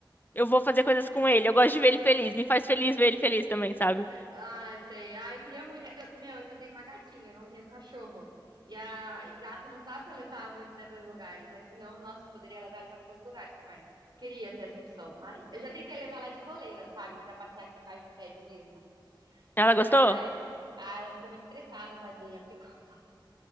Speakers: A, on the left (about 25°); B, on the right (about 65°).
A: eu vou fazer coisas com ele. Eu gosto de ver ele feliz, me faz feliz ver ele feliz também, sabe?
B: Ah, eu sei. Ah, eu queria muito. É que eu- meu, é que eu tenho uma gatinha, não tenho um cachorro. E, a, e gato não dá pra levar muito, né, para os lugares. Mas senão, nossa, eu poderia levar ela pra todos os lugares também. Queria ter essa opção, mas eu já tentei levar ela de coleira, sabe? Pra passear aqui embaixo do prédio mesmo.
A: Ela gostou?
B: Mas. Ah, ela ficou muito estressada, tadinha. Fiquei com dó.